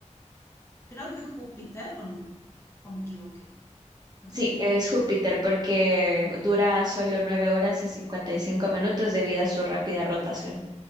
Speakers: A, on the left (about 20°); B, on the right (about 30°).
A: Creo que Júpiter, o, no? o me equivoqué. Saturno.
B: Sí, es Júpiter porque dura solo 9 horas y 55 minutos debido a su rápida rotación.